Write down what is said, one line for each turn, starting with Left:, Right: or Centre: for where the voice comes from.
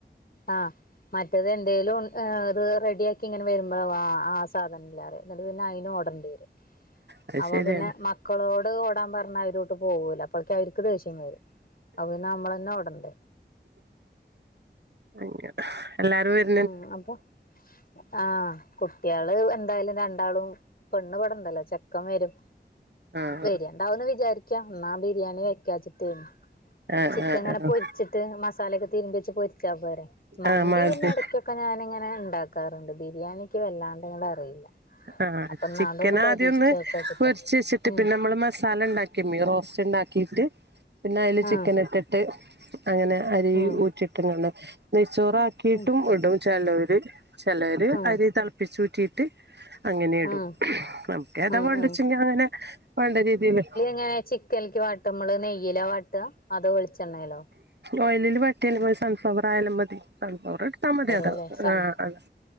Left: ആഹ് മറ്റേത് എന്തേലും ഏഹ് ഇത് റെഡിയാക്കിങ്ങനെ വരുമ്പോളാവും ആഹ് ആ സാധനം ഇല്ലാറിയ ഇന്നട്ട് പിന്നെ അയിനും ഓടണ്ടിവരും
Right: അത്
Left: അപ്പൊ
Right: ശരിയാണ്
Left: പിന്നെ മക്കളോട് ഓടാൻ പറഞ്ഞ അവരോട്ട് പോവൂല അപ്പോഴേക്ക്‌ അവർക്ക് ദേഷ്യം വരും അപ്പൊ പിന്നെ നമ്മളന്നെ ഓടണ്ടേ
Right: അങ്ങനെ എല്ലാരും വ
Left: ഉം അപ്പൊ ആഹ് കുട്ട്യാള് എന്തായാലും രണ്ടാളും പെണ്ണ് ഇവടണ്ടല്ലോ ചെക്കം വരും
Right: ആഹ്
Left: വര്യണ്ടാവും ന്ന് വിചാരിക്യ എന്നാ ബിരിയാണി വെക്കാച്ചിട്ടേനു
Right: ആഹ്
Left: ചിക്കങ്ങനെ
Right: ആഹ് ആഹ്
Left: പൊരിച്ചിട്ട് മസാലയൊക്കെ തിരുബ്യച്ച് പൊരിച്ചാ പോരെ മന്തി
Right: ആഹ് മാ
Left: പിന്നെട കൊക്കെ ഞാനിങ്ങനെ ണ്ടാക്കാറുണ്ട് ബിരിയാണിക്ക് വല്ലാണ്ട്ങ്ങട്ട് അറിയില്ല
Right: ആഹ്
Left: അപ്പൊ ഇന്നാ
Right: ചിക്കന്
Left: അതൊന്ന് പരീക്ഷിച്ചോക്കാച്ചിട്ടാ
Right: ആദ്യം ഒന്ന് പൊരിച്ച് വെച്ചിട്ട്
Left: ഉം
Right: പിന്നെ നമ്മള് മസാലണ്ടാക്കി കിമ്മി റോസ്റ്റ്ണ്ടാക്കിട്ട് പിന്നെ അയില്
Left: ആഹ്
Right: ചിക്കൻ ഇട്ടിട്ട് അങ്ങനെ അരി
Left: ഉം
Right: ഊറ്റിട്ട്ങ്ങാണ്ട് നെയ്ച്ചോറ് ആക്കിയിട്ടും
Left: ഉം
Right: ഇടും ചെലോര് ചെലര്
Left: ആഹ്
Right: അരി തളപ്പിച്ച് ഊറ്റിയിട്ട് അങ്ങനെ ഇടും
Left: ആഹ്
Right: നമുക്ക് ഏതാ
Left: ആഹ്
Right: വേണ്ടച്ചെങ്കി
Left: ആഹ്
Right: അങ്ങനെ വേണ്ട രീതില്
Left: ഏഹ് ചിക്കൽക്ക് വാട്ട നമ്മള് നെയ്യയിലാ വട്ടാ അതോ വെളിച്ചെണ്ണേലോ
Right: ഓയിലില് വാട്ട്യാലും മ സൺഫ്ലവർ ആയാലും മതി സൺഫ്ലവർ ഇടുത്താ മതി അതാ
Left: അല്ലേ സൺ
Right: ആഹ് അ